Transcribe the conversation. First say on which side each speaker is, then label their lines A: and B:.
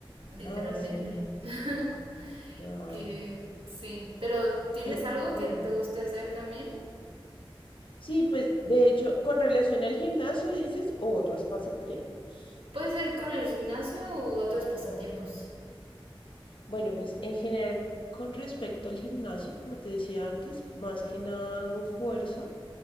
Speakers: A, on the right (about 70°); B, on the left (about 60°).
A: literalmente.
B: Ah, sí,
A: <laughs>
B: ya.
A: Y, sí, pero ¿tienes
B: Y,
A: algo que
B: ujú.
A: te guste hacer también?
B: Sí, pues de hecho, con relación al gimnasio dices otros pasatiempos.
A: Puede ser con el gimnasio u otros pasatiempos.
B: Bueno, pues en general, con respecto al gimnasio, como te decía antes, más que nada hago fuerza.